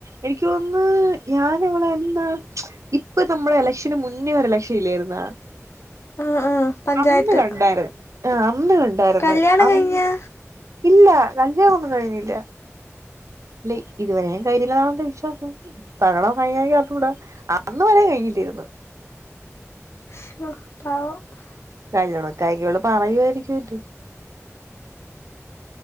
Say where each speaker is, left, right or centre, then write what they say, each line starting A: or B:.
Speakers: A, on the right (about 75°); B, on the left (about 55°).
A: എനിക്ക് തോന്നുന്നു ഞാൻ അവളെ എന്നാ ഇപ്പ നമ്മള് ഇലക്ഷന് മുന്നേ ഒരു ഇലക്ഷൻ ഇല്ലായിരുന്നാ
B: ആഹ് ആഹ് പഞ്ചായത്ത്
A: അന്ന് കണ്ടാരുന്ന് അന്ന് കണ്ടാരുന്നു
B: കല്യാണം
A: അന്ന്
B: കഴിഞ്ഞാ
A: ഇല്ല കല്യാണം ഒന്നും കഴിഞ്ഞില്ല കള്ളി ഇതുവരെ കഴിഞ്ഞില്ല എന്നാണന്റെ വിശ്വാസം ഇപ്പഴങ്ങാണം കഴിഞ്ഞ എന്നറിഞ്ഞ് കൂടാ അന്ന് വരെ കഴിഞ്ഞില്ലാ രുന്നു
B: <unintelligible>
A: കല്യാണമൊക്കെ ആയെങ്കില് അവള് പറയുവാരിക്കൂല്ലോ